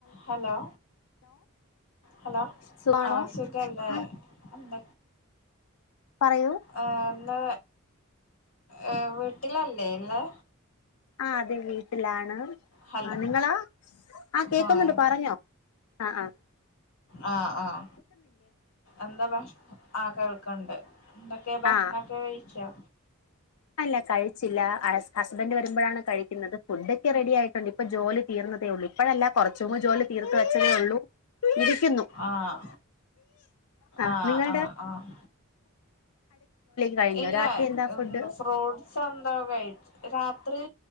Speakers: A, on the left (about 65°); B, on the left (about 85°).
A: Hello hello
B: സുഖാണോ
A: ആ സ്വിഗ്ഗ അല്ലേ
B: ആ
A: എന്ത
B: പറയൂ
A: ആഏ എന്നാ ഏ വീട്ടിലല്ലേ ഇല്ലേ
B: ആ അതെ വീട്ടിലാണ്
A: ഹലോ
B: ആ നിങ്ങളാ ആ കേക്കുന്നുണ്ട്
A: ആഹ്
B: പറഞ്ഞോ ആഹ ആഹ
A: ആഹ ആഹ എന്താ ഭക്ഷ ആ കേൾക്കണ്ട് എന്തൊക്കെ ഭക്ഷണോക്കെ
B: ആ
A: കഴിച്ചോ
B: അല്ല കഴിച്ചില്ല ഹസ്ബൻഡ് വരുമ്പഴാണ് കഴിക്കുന്നത് ഫുഡൊക്കെ റെഡി ആയിട്ടുണ്ട് ഇപ്പോൾ ജോലി തീർന്നതേ ഉള്ളൂ ഇപ്പഴല്ല കൊറച്ച് മുമ്പ് ജോലി തീർത്ത് വെച്ചതേ ഉള്ളൂ ഇത് തിന്നു
A: ആഹ്
B: ആ
A: ആഹ്
B: നിങ്ങടെ
A: ആഹ് ആഹ്
B: കഴിഞ്ഞോ
A: ഇല്ല
B: രാത്രി എന്താ ഫുഡ്
A: ഫ്രൂട്ട്സ് എന്തോ കഴിച്ച് രാത്രി